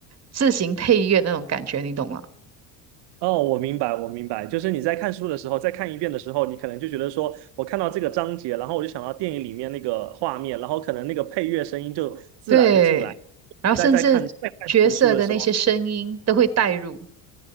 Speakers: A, on the right; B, on the right.
A: 自行配乐那种感觉，你懂吗？
B: 哦，我明白，我明白，就是你在看书的时候，再看一遍的时候，你可能就觉得说，我看到这个章节，然后我就想到电影里面那个画面，然后可能那个配乐声音就自然的进来。
A: 对，然后甚至角色的那些声音都会带入。
B: 在在看在看这本书的时候，